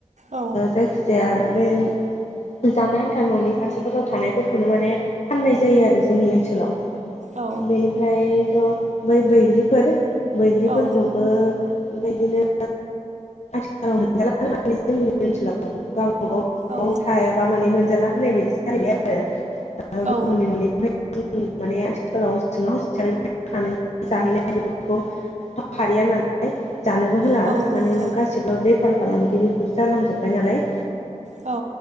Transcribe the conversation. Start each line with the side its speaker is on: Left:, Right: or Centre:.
Right: औ
Left: जायखि जे आरो बे जान आन्था न'नि खाथिफोराव थानायफोरखौनो माने फाननाय जायो आरो जोंनि ओनसोलाव
Right: औ
Left: बेनिफ्रायथ' बै बैग्रिफोर। बैग्रिफोरखौबो
Right: औ
Left: बेबायदिनो आथिखालाव मोनजालानो जोंनि ओनसोलाव गावबा गाव न'आव
Right: औ
Left: थायाबा माने मोनजाला होननाय बायदि जाहैबाय आरो। दा गुबुननि
Right: औ
Left: न'निफ्राय माने आथिखालाव सोङाव खानानै जाहैनाय बेफोरखौ हालिया होननानै जानोबो होला
Right: औ नंगौ
Left: माने गासिबो बेफार फालांगिरिफोर जालांजोब्बाय नालाय
Right: औ